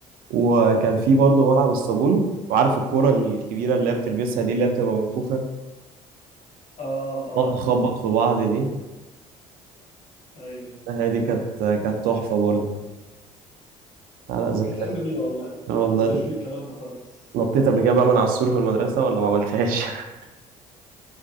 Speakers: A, on the right (about 60°); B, on the left (about 45°).
A: وكان في برضه ملعب الصابون وعارف الكرة الكبيرة اللي هي بتلبسها دي اللي هي بتبقى منفوخة
B: اه اه
A: تقعد
B: عرفتها
A: تخبط في بعض دي
B: ايوه
A: هي دي كانت كانت تحفة برضه لا لا ذكريات
B: كانت ايام جميله والله
A: اه والله
B: مش في الكلام ده خالص
A: نطيت قبل كده بقى من على السور في المدرسة ولا ما عملتهاش؟ <laughs>